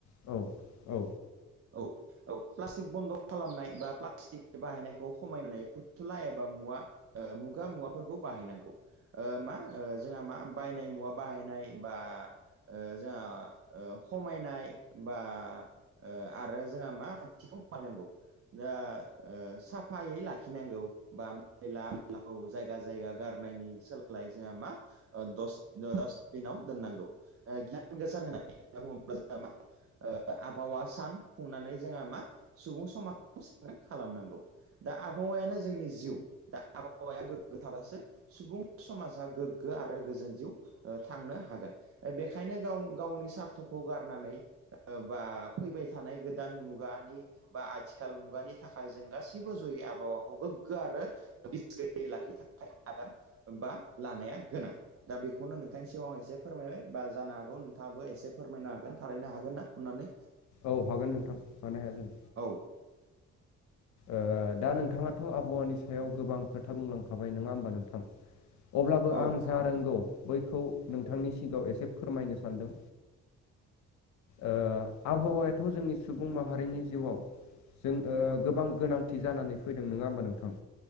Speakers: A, on the left; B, on the right.
A: औ औ
B: औ औ प्लास्टिक बन्द खालामनाय बा प्लास्टिक बाहायनायखौ खमायनानै फुथुला एबा मुवा ओ मुगा मुवाफोरखौ बाहायनांगौ ओ मा जोंहा मा बायनाय मुवा बाहायनाय बा ओ जोंहा ओ खमायनाय बा ओ आरो जोंहा मा <unintelligible> ओ दा साफायै लाखिनांगौ बा मैला मैलाखौ जायगा जायगा गारनायनि सोलायै जोंहा मा ओ दस दस दिनाव दोननांगौ ओ गि <unintelligible> ओ आबहावा सा सान फुंनानै जोंहा मा सुबुं समाजखौ <unintelligible> खालामनांगौ दा आबहावायानो जोंनि जिउ दा आबहावाया गोगो थाबासो सुबुं समाजा गोग्गो आरो गोजोन जिउ थांनो हागोन बेखायनो गाव गावनि सार्थखौ गारनानै ओ बा फैबाय थानाय गोदान मुगानि बा आथिखाल मुगानि थाखाय जों गासैबो जयै आबहावाखौ गोग्गो आरो <unintelligible> बा लानाया गोनां दा बेखौनो नोंथांनि सिगाव आं एसे फोरमायबाय बा जानो हागौ नोंथाङाबो एसे फोरमायनो हागोन थारैनो हागोन ना अननानै?
A: औ हागोन नोंथां मानो हाया जानो
B: औ
A: ओ दा नोंथाङाथ' आबहावानि सायाव गोबां खोथा बुंलांखाबाय नोङा होमबा नोंथां? अब्लाबो
B: औ
A: आं जा रोंगौ बैखौ नोंथांनि सिगाङाव एसे फोरमायनो सानदों। ओ आबहावायाथ' जोंनि सुबुं माहारिनि जिउआव जों ओ गोबां गोनांथि जानानै फैदों नोङा होमबा नोंथां?